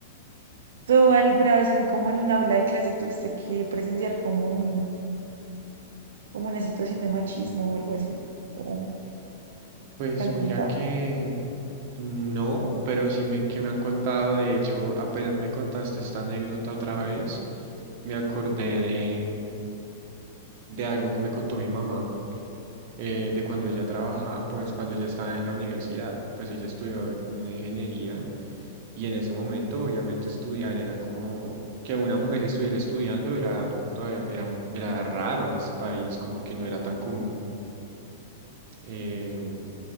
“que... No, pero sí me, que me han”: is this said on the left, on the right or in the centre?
Right